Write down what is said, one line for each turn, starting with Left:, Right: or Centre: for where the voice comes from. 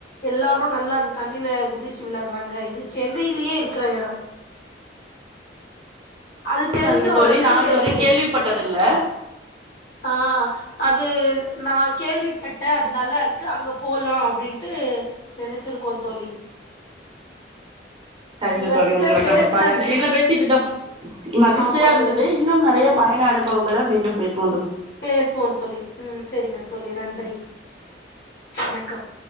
Left: எல்லாரு நல்லா அந்த தண்ணில குதிச்சு விளையாடுறாங்க இது சென்னையிலயே இருக்கிற எடோ அது தெரிஞ்ச
Right: சரிங்க தோழி
Left: உடனே
Right: நா
Left: சரி
Right: இதுவரை கேள்விப்பட்டதில்ல
Left: ஆஹ் அது நான் கேள்விப்பட்ட அது நல்லா இருக்கு அங்க போலா அப்டின்ட்டு நெனைச்சிருக்கோ தோழி
Right: சரிங்க
Left: உங்ககிட்ட
Right: தோழி உங்களோட
Left: பேசுனது
Right: நம்ப பல விஷயங்கள பேசிட்டு இருந்தோம் மகிழ்ச்சியா
Left: ஆமா
Right: இருந்தது
Left: தோழி
Right: இன்னும் ந நெறைய பயண அனுபவங்கள மீண்டும் பேசு
Left: பேசுவோ தோழி ம் செரிங்க தோழி நன்றி வணக்கம்